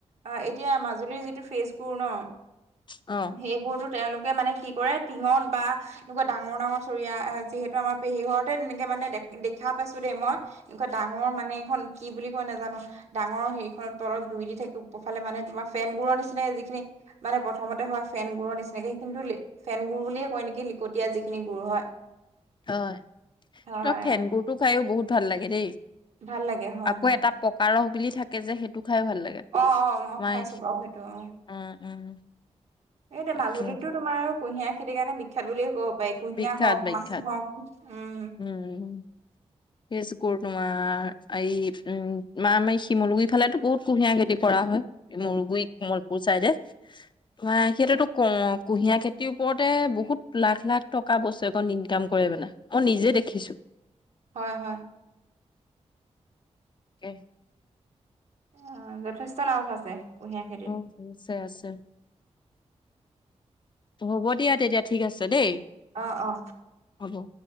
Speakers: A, on the right (about 70°); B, on the left (about 40°).
A: অ, এতিয়া মাজুলীৰ যিটো ফ্ৰেচ গুৰ ন,
B: অ,
A: সেই গুৰটো তেওঁলোকে মানে কি কৰে, টিঙত বা এনেকুৱা ডাঙৰ, ডাঙৰ চৰিয়া যিহেতু আমাৰ পেহী ঘৰতে তেনেকে মানে দে, দেখা পাইছো দেই মই। এনেকুৱা ডাঙৰ মানে, এখন কি বুলি কয় নাজানো। ডাঙৰ হেৰিখনৰ তলত জুই দি থাকি, ওপৰৰ ফালে মানে তোমাৰ ফেনবোৰৰ নিচিনা যিখিনি মানে প্ৰথমতে হয়, ফেন গুৰৰ নিচিনাকে কিন্তু ফেন গুৰু বুলিয়ে কয় নেকি, লিকটীয়া যিখিনি গুৰু হয়।
B: হয়,
A: হয়
B: তোমাৰ ফেন
A: অ
B: গুৰটো খাই বহুত ভাল লাগে দেই,
A: ভাল লাগে হয়
B: আকৌ
A: হয়
B: এটা পকা ৰস বুলি থাকে যে, সেইটো খাই ভাল লাগে।
A: অ, অ, মই
B: মাই
A: খাইছো বাৰু সেইটো অ,
B: উম, উম,
A: এই
B: তাকে
A: মাজুলীতো তোমাৰ আৰু কুঁহিয়াৰ খেতি কাৰণে বিখ্যাত বুলিয কব পাৰি, কুঁহিয়া
B: বিখ্যাত
A: হ'ওক
B: বিখ্যাত
A: মানহ হ'ওক। উম,
B: উম, ফেচ গুৰ তোমাৰ, এই উম, মা, এই শিমলুগুৰি ফালেতো বহুত কুঁহিয়াৰ খেতি কৰা হয়। মৰগুৰি কমলপুৰ চাইদে, ম, সিইটোয়েটো কও কুঁহিয়াৰ খেতিৰ ওপৰতে, বহুত লাখ, লাখ টকা বছৰেকত ইনকাম কৰে মানে। মই নিজে দেখিছো।
A: হয়, হয়।
B: <inaudible>
A: অ, যথেষ্ট লাভ আছে। কুঁহিয়াৰ খেতিত
B: উম, আছে আছে। হ'ব দিয়া, তেতিয়া ঠিক আছে দেই।
A: অ অ
B: হ'ব।